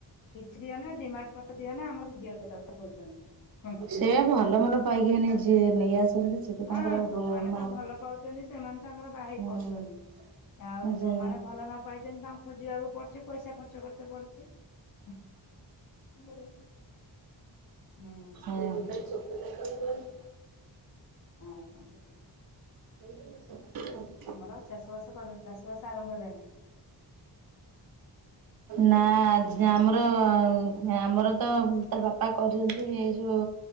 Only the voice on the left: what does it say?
କିଛି ଦିଅନା ଡିମାଟ ପତ୍ର ଦିଅନା ଆମର ଝିଅଟେ ଦରକାର କହୁଛନ୍ତି ହୁଁ।
ହଁ
ଯୋଉମାନେ
ତ ଭଲ ପାଉଛନ୍ତି ସେମାନେ ତାଙ୍କର ବାହେଇ
ପଡୁ଼ଚନ୍ତି। ଆଉ ଯୋଉମାନେ
ଭଲ ନ ପାଇଚନ୍ତି ତାଙ୍କୁ ଖୋଜିବାକୁ ପଡ଼ୁଚି ପଇସା ଖର୍ଚ୍ଚ କରିତେ ପଡ଼ୁଚି। କଁ କରିବ? ହୁଁ।
ଆଉ କଣ କରୁଚ?
ଆମର ଚାଷବାସ କର ଚାଷବାସ ଆରମ୍ଭ ହେଲାଣି।